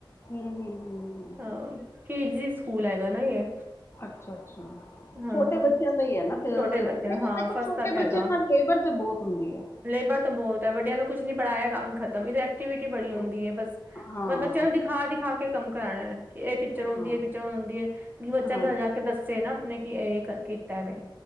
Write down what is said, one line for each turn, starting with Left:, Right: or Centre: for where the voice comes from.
Left: ਹੂੰ - ਹੂੰ- ਹੂੰ - ਹੂੰ।
Right: ਹਾਂ, ਕਿਡਸ ਜੀ ਸਕੂਲ ਹੈਗਾ ਨਾ ਇਹ।
Left: ਅੱਛਾ-ਅੱਛਾ,
Right: ਹਾਂ
Left: ਛੋਟੇ ਬੱਚਿਆਂ ਹੁੰਦਾ ਹੀ ਐ ਨਾ ਫੇਰ
Right: ਛੋਟੇ
Left: ਲੇਕਿਨ
Right: ਬੱਚੇ ਨੇ ਹਾਂ
Left: ਦੇਖੋ
Right: ਫਸਟ
Left: ਛੋਟੇ
Right: ਤੱਕ ਹੈਗਾ
Left: ਬੱਚਿਆਂ ਨਾਲ ਲੇਬਰ ਤੇ ਬਹੁਤ ਹੁੰਦੀ ਐ।
Right: ਲੇਬਰ ਤਾਂ ਬੌਤ ਐ ਵੱਡਿਆਂ ਨੂੰ ਕੁੱਛ ਨੀ ਪੜਾਇਆ ਕੰਮ ਖਤ ਮ ਐਕਟੀਵਿਟੀ ਬੜੀ
Left: ਹਾਂ
Right: ਹੁੰਦੀ ਐ ਬਸ,
Left: ਹਾਂ
Right: ਪਰ ਬੱਚਿਆਂ ਨੂੰ ਦਿਖਾ- ਦਿਖਾ ਕੇ ਕੰਮ ਕਰਾਣਾ ਕਿ ਇਹ ਪਿ ਚਰ ਹੂੰਦੀ
Left: ਹਾਂ
Right: ਐ-ਪਿਚਰ ਹੂੰਦੀ ਐ ਵੀ ਬੱਚਾ
Left: ਹਾਂ।
Right: ਘਰ ਜਾ ਕੇ ਦੱਸੇ ਨਾ ਆਪਣੇ ਕਿ ਐ ਕੀਤਾ ਮੈਂ।